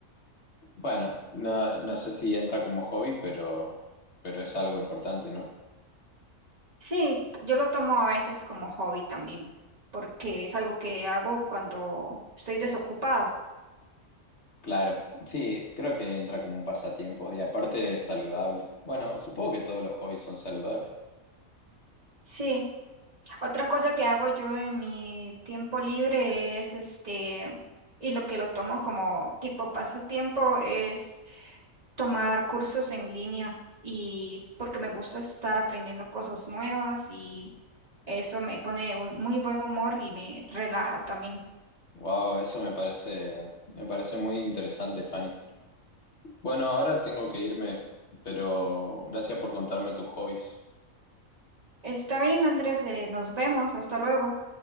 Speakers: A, on the left; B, on the right.
A: Bueno, no, no sé si entra como hobby, pero, pero es algo importante, ¿no?
B: Sí, yo lo tomo a veces como hobby también, porque es algo que hago cuando estoy desocupado.
A: Claro, sí, creo que entra como un pasatiempo y aparte es saludable. Bueno, supongo que todos los hobbies son saludables.
B: Sí, otra cosa que hago yo en mi tiempo libre es este, y lo que lo tomo como tipo pasatiempo es tomar cursos en línea y porque me gusta estar aprendiendo cosas nuevas y eso me pone un muy buen humor y me relaja también.
A: Wow, eso me parece, me parece muy interesante, Fanny. Bueno, ahora tengo que irme, pero gracias por contarme tus hobbies.
B: Está bien, Andrés, eh, nos vemos, hasta luego.